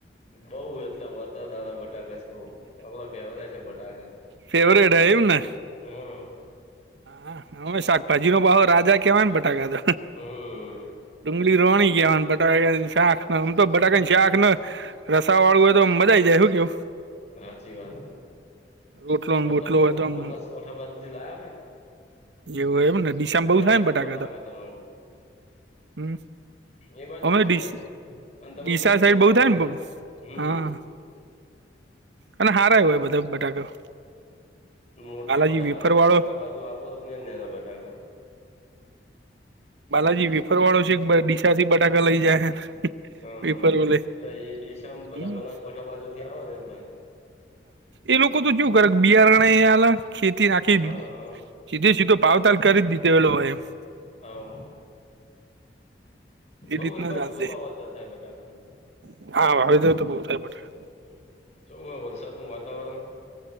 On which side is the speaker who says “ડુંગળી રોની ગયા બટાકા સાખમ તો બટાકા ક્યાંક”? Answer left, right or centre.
Right